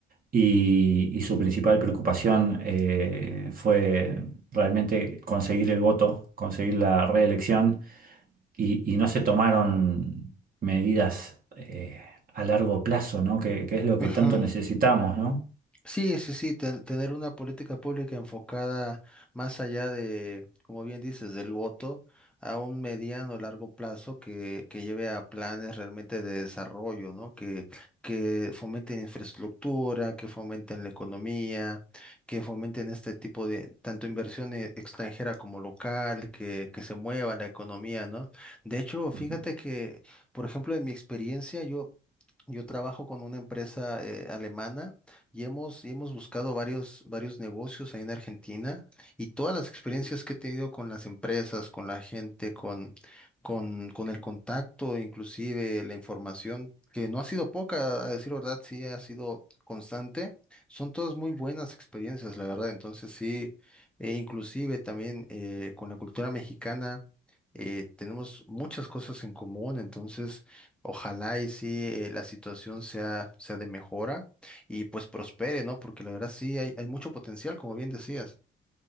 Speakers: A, on the right; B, in the centre.
A: y, y su principal preocupación eh, fue realmente conseguir el voto, conseguir la reelección y, y no se tomaron medidas eh, a largo plazo, ¿no? Que, que es lo
B: ajá.
A: que tanto necesitamos, ¿no?
B: Sí, sí, sí, ten- tener una política pública enfocada más allá de, como bien dices, del voto, a un mediano o largo plazo que, que lleve a planes realmente de desarrollo, ¿no? Que, que fomenten infraestructura, que fomenten la economía, que fomenten este tipo de, tanto inversión e- extranjera como local, que, que se mueva la economía, ¿no? De hecho, fíjate
A: Ujú.
B: que, por ejemplo, en mi experiencia, yo, yo trabajo con una empresa eh, alemana y hemos, y hemos buscado varios, varios negocios ahí en Argentina y todas las experiencias que he tenido con las empresas, con la gente, con, con, con el contacto, inclusive la información, que no ha sido poca, a decir verdad, sí ha sido constante, son todas muy buenas experiencias, la verdad. Entonces sí, e inclusive también eh, con la cultura mexicana. eh, tenemos muchas cosas en común, entonces ojalá y sí eh, la situación sea, sea de mejora y pues prospere, ¿no? Porque la verdad sí hay, hay mucho potencial, como bien decías.